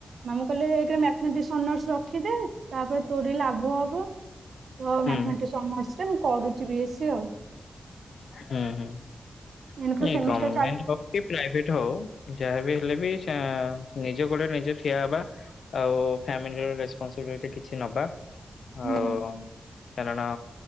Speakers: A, on the right; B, on the left.
A: ମାମୁଁ କହିଲେ ଏକେରେ ମାଠମେଟିକ୍ସ ଅନର୍ସ ରଖିଦେ ତାପରେ ତୋରି ଲାଭ ହବ। ତ ମ୍ୟାର୍ଥମେଟିକ୍ସ
B: ହୁଁ
A: ଅନର୍ସ ରେ ମୁଁ କରୁଛି ବି ଏ ସି ଆଉ
B: ହୁଁ ହୁଁ
A: ଏଇନୁ ସେମିଷ୍ଟାର
B: ଗରମେଣ୍ଟ
A: ଚାଲି
B: ହଉ କି ପ୍ରାଇଭେଟ ହଉ ଯାହାବି ହେଲେ ବି ନିଜ ଗୋଡେ ନିଜେ ଠିଆ ହବା ଆଉ ଫ୍ୟାମିଲିର ରେସପନସିବିଲିଟି କିଛି ନବା
A: ହୁଁ
B: ଆଉ କାରଣ